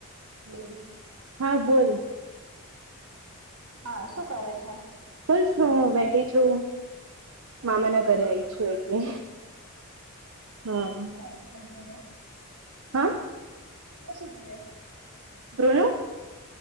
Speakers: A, on the right (about 85°); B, on the right (about 70°).
A: હમ.
B: હા, બોલ.
A: હા. શું કરે છે?
B: બસ, હું બેઠી છું. મામા ના ઘરે આવીઈ છું, એટલે હા.
A: હલો, બોલો?
B: હા.
A: શુંુંવે <unintelligible>
B: કોનું?